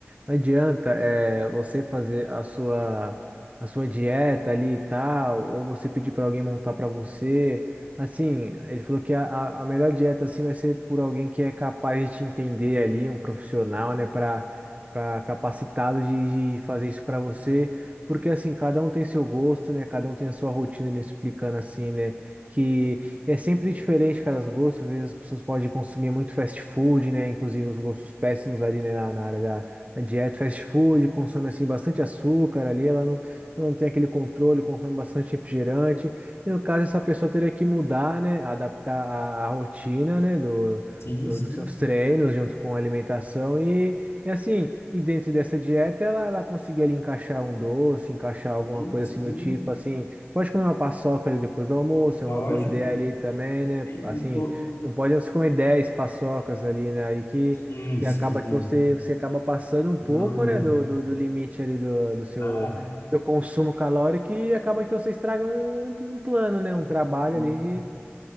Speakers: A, on the right; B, on the left.
A: não adianta é, você fazer a sua, a sua dieta ali e tal, ou você pedir para alguém montar para você. Assim, ele falou que a, a a melhor dieta assim vai ser por alguém que é capaz de te entender ali, um profissional, né? Para para capacitado de, de fazer isso para você. Porque assim, cada um tem seu gosto, né? Cada um tem a sua rotina, né? Explicando assim, né? Que é sempre diferente cada gosto. Às vezes as pessoas podem consumir muito fast food, né? Inclusive uns gostos péssimos ali, né? Na, na área da da dieta, fast food, consome assim bastante açúcar ali, ela não, não tem aquele controle, consome bastante refrigerante. E no caso, essa pessoa teria que mudar, né? Adaptar a, a rotina, né? Do,
B: Sim,
A: do-
B: sim, sim,
A: dos seus treinos junto com a alimentação e e assim, e dentro dessa dieta, ela, ela conseguia ali encaixar um doce, encaixar alguma
B: sim,
A: coisa
B: sim,
A: assim do tipo, assim, pode comer uma paçoca ali depois do almoço,
B: lógico.
A: é uma boa ideia ali também, né?
B: Inclu-
A: Assim, não pode você comer 10 paçocas ali, né? Aí que,
B: Sim,
A: que
B: sim,
A: acaba que você, você acaba passando um pouco,
B: não, não.
A: né, do, do, do limite ali do, do seu
B: Ah,
A: do consumo calórico e acaba que você estraga um, um plano, né?
B: sim,
A: Um trabalho
B: sim.
A: ali de,